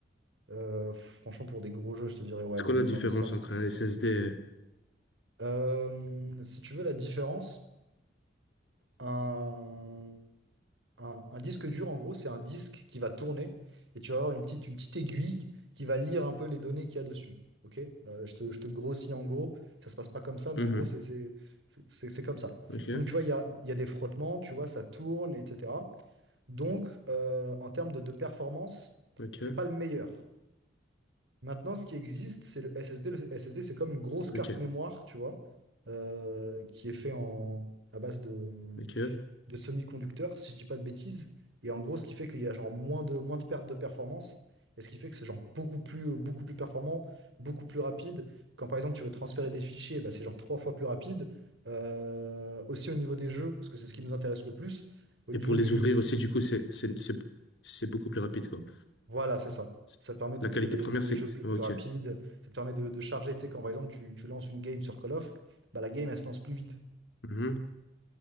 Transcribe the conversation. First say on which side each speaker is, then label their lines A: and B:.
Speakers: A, on the right (about 70°); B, on the left (about 70°).
A: Euh, franchement, pour des gros jeux, je te dirais, ouais,
B: C'est
A: minimum
B: quoi la différence
A: 500.
B: entre un SSD
A: Euh, si tu veux la différence, un, un, un disque dur, en gros, c'est un disque qui va tourner et tu vas avoir une petite, une petite aiguille qui va lire un peu les données qu'il y a dessus. Ok? Euh, je te, je te grossis en gros, ça se passe pas comme ça, mais
B: et... Mhm.
A: en gros, c'est c'est- c'est- c'est- c'est comme ça.
B: Ok.
A: Donc, tu vois, il y a, il y a des frottements, tu vois, ça tourne, etc. Donc, euh, en termes de, de performance,
B: Ok.
A: c'est pas le meilleur. Maintenant, ce qui existe, c'est le SSD. Le SSD, c'est comme une grosse carte
B: Ok.
A: mémoire, tu vois, euh, qui est fait en, à base de,
B: Ok.
A: de semi-conducteurs, si je dis pas de bêtises. Et en gros, ce qui fait qu'il y a genre moins de, moins de pertes de performance. Et ce qui fait que c'est genre beaucoup plus, euh, beaucoup plus performant, beaucoup plus rapide. Quand par exemple tu veux transférer des fichiers, bah, c'est genre trois fois plus rapide. Euh, aussi au niveau des jeux, parce que c'est ce qui nous intéresse le plus. Au
B: Et
A: niveau
B: pour les
A: du...
B: ouvrir
A: du-
B: aussi, du coup, c'est c'est c'est c'est beaucoup plus rapide, quoi.
A: Voilà, c'est ça.
B: C'est-
A: Ça te permet d'ouvrir
B: La qualité
A: les,
B: première,
A: les
B: c'est
A: jeux
B: c'est-
A: plus, plus
B: ok.
A: rapides. Ça te permet de, de charger. Tu sais, quand par exemple tu, tu lances une game sur Call of, bah, la game elle se lance plus vite.
B: Mhm.